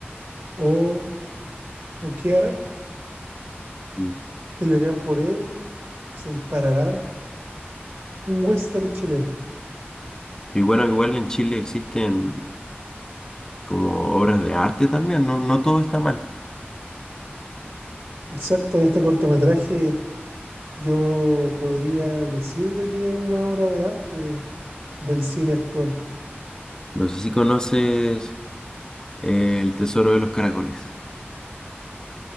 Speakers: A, on the right; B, on the left.
A: o, o qué harán.
B: Mm.
A: ¿Pelearán por él? ¿Se dispararán? Un western chileno.
B: Y bueno, igual en Chile existen como obras de arte también. No, no todo está mal.
A: Exacto, este cortometraje yo podría decir de que es una obra de arte del cine actual.
B: No sé si conoces El tesoro de los caracoles.